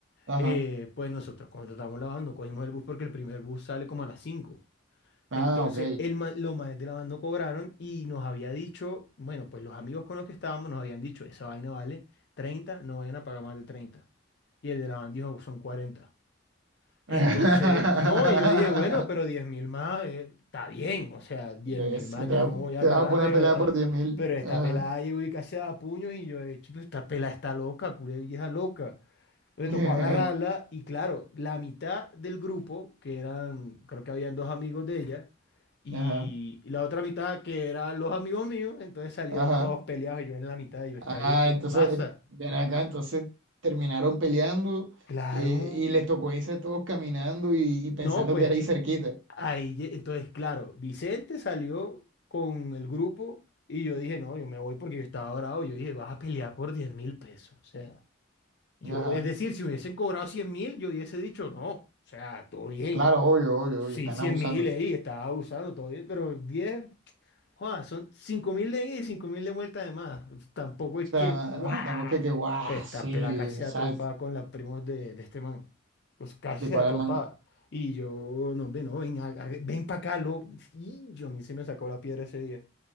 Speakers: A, on the right; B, on the left.
A: ajá.
B: eh, pues nosotros contratamos la van, no cogimos el bus porque el primer bus sale como a las cinco
A: Ah,
B: Entonces,
A: ok.
B: el, ma- los manes de la van no cobraron y nos había dicho, bueno, pues los amigos con los que estábamos nos habían dicho, esa vaina vale treinta no vayan a pagar más de treinta Y el de la van dijo, son cuarenta
A: <laughs>
B: entonces, no, y yo dije, bueno, pero diez mil más eh, está bien, o sea, diez
A: Es
B: mil más
A: que te,
B: yo
A: va
B: no voy a
A: te
B: agarrar,
A: va a poner
B: pero
A: a pelear
B: esta,
A: por diez mil.
B: pero esta
A: Ajá.
B: pelada llegó y casi a puños y yo, eh, "Chuta, esta pelada está loca, culé vieja loca. Me
A: <laughs>
B: tocó agarrarla y claro, la mitad del grupo, que eran, creo que habían dos amigos de ella, y
A: Ajá.
B: la otra mitad que eran los amigos míos, entonces salieron
A: Ajá.
B: todos peleados y yo en la mitad, y yo,
A: Ah,
B: esta vieja, ¿qué
A: entonces,
B: le pasa?
A: eh, ven acá, entonces terminaron peleando
B: Claro,
A: eh, y les tocó irse todos caminando y, y pensando
B: no, pues.
A: que era ahí cerquita.
B: Ahí, ye- entonces, claro, Vicente salió con el grupo y yo dije, no, yo me voy porque yo estaba bravo. Yo dije, vas a pelear por diez mil pesos. O sea, yo,
A: Ajá,
B: es decir, si hubiesen cobrado cien mil, yo hubiese dicho, no, o sea, todo bien.
A: claro, obvio, obvio,
B: Sí,
A: obvio, están
B: cien
A: abusando.
B: mil,
A: O
B: ahí, estaba abusando, todo bien, pero diez Joa, son 5.000 de ida y 5.000 de vuelta además. Tampoco es
A: sea,
B: que,
A: <laughs>
B: ¡guau!
A: na- na- tampoco es que, guau,
B: Pues esta
A: sí,
B: pela casi se
A: exacto.
B: da trompada con los primos de, de este man. Pues casi
A: ¿De
B: se
A: cuál
B: da trompada.
A: man?
B: Y yo, no, ven, no, ven, a- a- ven para acá, lo. Y yo a mí se me sacó la piedra ese día.